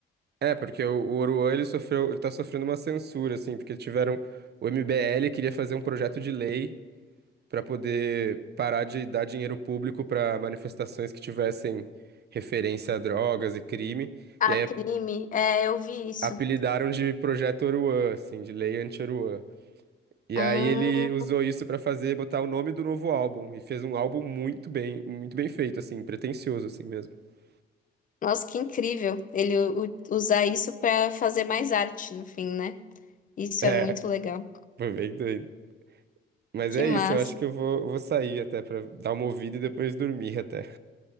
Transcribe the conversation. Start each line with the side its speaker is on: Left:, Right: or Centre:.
Right: é, porque o, o Oruan, ele sofreu, ele tá sofrendo uma censura, assim, porque tiveram, o MBL queria fazer um projeto de lei pra poder parar de dar dinheiro público pra manifestações que tivessem referência a drogas e crime,
Left: Ah,
Right: e aí
Left: crime. É, eu vi isso.
Right: apelidaram de Projeto Oruan, assim, de Lei Anti-Oruan. E
Left: Ah.
Right: aí ele usou isso pra fazer, botar o nome do novo álbum. E fez um álbum muito bem, muito bem feito, assim, pretensioso, assim mesmo. <laughs>
Left: Nossa, que incrível ele u- usar isso para fazer mais arte no fim, né? Isso
Right: É,
Left: é muito legal.
Right: foi bem doido. Mas
Left: Que
Right: é
Left: massa.
Right: isso, eu acho que eu vou, vou sair até pra dar uma ouvida e depois dormir até.